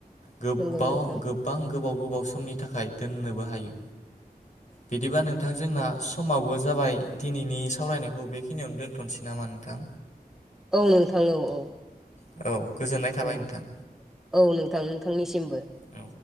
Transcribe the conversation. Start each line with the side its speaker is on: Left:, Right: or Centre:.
Left: गोबाव
Centre: नंगौ नोंथां
Left: गोबां गोबाव गोबाव समनि थाखाय दोननोबो हायो। बिदिबा नोंथां जोंना समाबो जाबाय दिनैनि सावरायनायखौ बे खिनियावनो दोनथनोसै नामा नोंथां?
Centre: औ नोंथां औ औ
Left: औ गोजोननाय थाबाय
Centre: औ
Left: नोंथां
Centre: औ नोंथां नोंथांनिसिमबो।
Left: औ